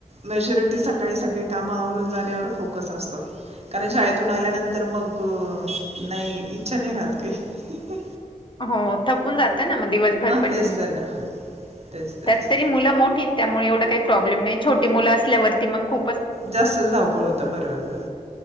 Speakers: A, on the right; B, on the left.
A: मेजॉरिटी सकाळी सगळी कामं आवरून जाण्यावर फोकस असतो कारण शाळेतून आल्यानंतर मग. ग नाही इच्छा नाही राहत काय. ह.
B: हो थपून जात ना मग दिवसभर पण
A: तेच तर ना तेच तेच
B: त्यात तरी मुलं मोठी. त्यामुळे एवढं काही प्रॉब्लेम नाही छोटे मुलं असल्यावरती मग खू.
A: जास्त धावपळ होतं बरोबर.